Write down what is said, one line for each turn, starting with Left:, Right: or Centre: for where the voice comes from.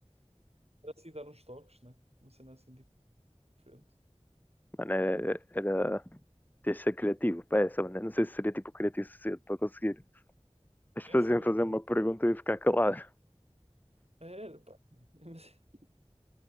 Right: Era assim dar uns toques, né? Uma cena assim diferente.
Left: Mano, era, era ter de ser criativo para essa, mano. Eu Não sei se seria tipo criativo suficiente para conseguir. As pessoas
Right: Sim, sim,
Left: iam
Right: é
Left: fazer
Right: verdade.
Left: uma pergunta e eu ia ficar calado.
Right: É, Era, pá. <laughs>